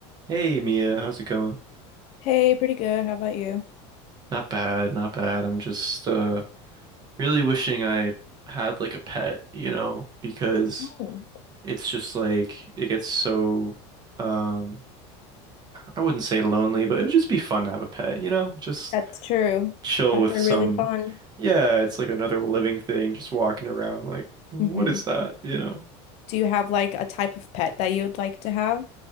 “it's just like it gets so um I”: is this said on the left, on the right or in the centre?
Right